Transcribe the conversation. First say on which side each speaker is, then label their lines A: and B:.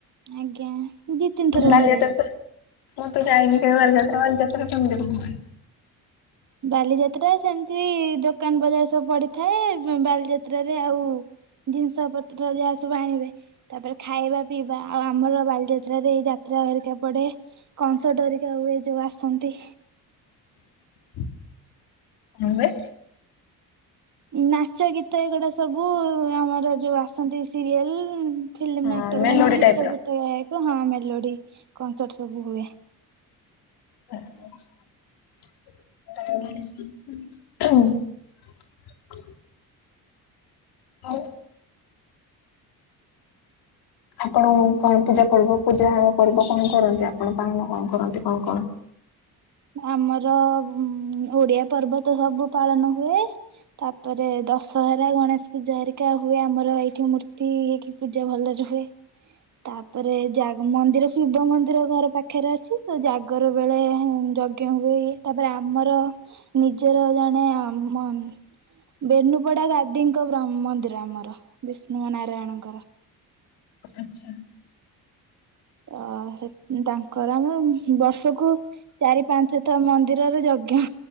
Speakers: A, on the right (about 50°); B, on the left (about 90°).
A: ଆଜ୍ଞା ଦି ତିନ ଥର
B: ବାଲିଯାତ୍ରା
A: ଖଣ୍ଡେ ଯାଇଚି।
B: ତ ମୁଁ ତ ଯାଇନି କେବେ ବାଲିଯାତ୍ରା ବାଲିଯାତ୍ରା କେମତି କଣ ହୁଏ?
A: ବାଲିଯାତ୍ରା ସେମତି ଦୋକାନ ବଜାର ସବୁ ପଡିଥାଏ, ବାଲିଯାତ୍ରରେ ଆଉ ଜିନିଷ ପତ୍ର ଯାହା ସବୁ ଆଣିବେ ତାପରେ ଖାଇବା ପିଇବା ଆଉ ଆମର ବାଲିଯାତ୍ରାରେ ଏଇ ଯା ଟ୍ରା ହରିକା ପଡେ କନସଟ ହେରିକା ହୁଏ ଯୋଉ ଆସନ୍ତି।
B: <inaudible> କଣବେ?
A: ନାଚ ଗୀତ ଏଗୁଡା ସବୁ ଆମର ଯୋଉ ଆସନ୍ତି ସିରିଏଲ। ଫିଲ୍ମ
B: ହଁ
A: ଆକ୍ଟର
B: ମେଲୋଡି
A: ମାନେ ଗୀତ
B: ଟାଇପ ର।
A: ଫିତ ଗାଏ। ତ ହଁ ମେଲୋଡି କନସର୍ଟ ସବୁ ହୁଏ।
B: ଆଚ୍ଛା। <inaudible> ହୋଉ। ଆପଣ କଣ ପୂଜା ପର୍ବ ପୂଜା ହବ କରିବ କଣ କରନ୍ତି ଆପଣ ପାଳନ କଣ କରନ୍ତି କଣ କଣ? <inaudible>
A: ଆମର ଓଡିଆ ପର୍ବ ତ ସବୁ ପାଳନ ହୁଏ ତାପରେ ଦଶ ହରା ଗଣେଶ ପୂଜା ହେରିକା ହୁଏ ଆମର ଏଇଠି ମୂର୍ତ୍ତି ଏଇଠି ପୂଜା ଭଲରେ ହୁଏ। ତାପରେ ଜା ମନ୍ଦିର ଶିବ ମନ୍ଦିର ଘର ପାଖରେ ଅଛି ତ ଜାଗର ବେଳେ ଉଁ ଯଜ୍ଞ ହୁଏ ତାପରେ ଆମର ନିଜର ଜଣେ ଆଁ ମ ବେନୁପଡା ଗାଦିଙ୍କ ମନ୍ଦିର ଆମର ବିଷ୍ଣୁ ନାରାୟଣଙ୍କର।
B: ଆଚ୍ଛା।
A: ତ ସେ ତାଙ୍କର ଆମର ବର୍ଷକୁ ଚାରି ପାଞ୍ଚତଥ ମ ମନ୍ଦିରରେ ଯଜ୍ଞ